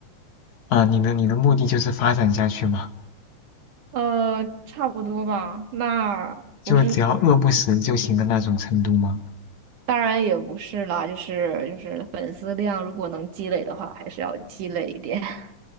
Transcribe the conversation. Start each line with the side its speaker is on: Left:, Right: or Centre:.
Left: 啊、你的你的目的就是发展下去吗？
Right: 呃，差不多吧。那不是，
Left: 就只要饿不死就行的那种程度吗？
Right: 当然也不是啦，就是就是粉丝量如果能积累的话，还是要积累一点。<laughs>